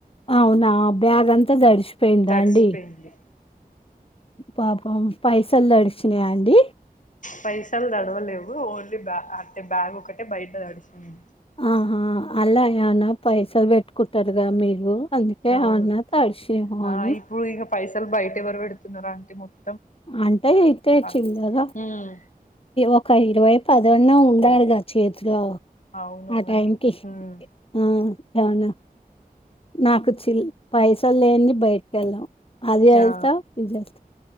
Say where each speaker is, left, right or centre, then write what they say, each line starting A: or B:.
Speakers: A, on the left; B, on the left.
A: అవునా బ్యాగ్ అంతా దడిచిపోయిందా
B: తడిసిపోయింది
A: అండి పాపం పైసలు తడిచినాయా అండి
B: పైసలు దడవలేవు ఓన్లీ బ అంటే బ్యాగ్ ఒకటే బయట దడిస్తుంది
A: ఆహా అలాయనా పైసలు పెట్టుకుంటారుగా మీరూ అందుకే
B: అవును
A: అన్న తాడిషేమోనాని
B: ఆ ఇప్పుడు ఇక పైసలు బయట ఎవరు బేడుతున్నార్ ఆంటీ మొత్తం
A: అంటే అయితే
B: ఆ
A: చిల్లర
B: ఉమ్
A: ఒక ఇరవై పదన్న ఉండాలి చేతిలో
B: అవును
A: ఆ
B: అని
A: టైమ్ కి
B: ఉమ్
A: ఆ ఏమన్నా నాకు చిల్ల పైసల్ లేం భయతికెల్లం అది వెళ్తా
B: ఆ
A: ఇది వెళ్తా